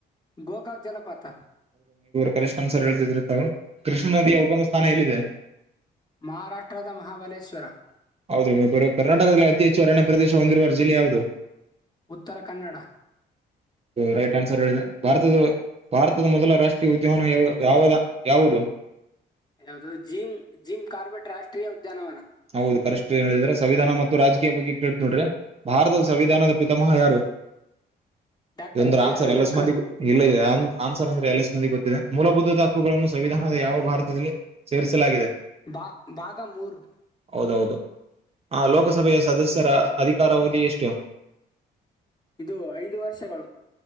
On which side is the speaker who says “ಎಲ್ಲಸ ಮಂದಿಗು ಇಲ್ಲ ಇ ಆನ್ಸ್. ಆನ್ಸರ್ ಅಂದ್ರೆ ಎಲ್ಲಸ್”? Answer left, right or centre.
Right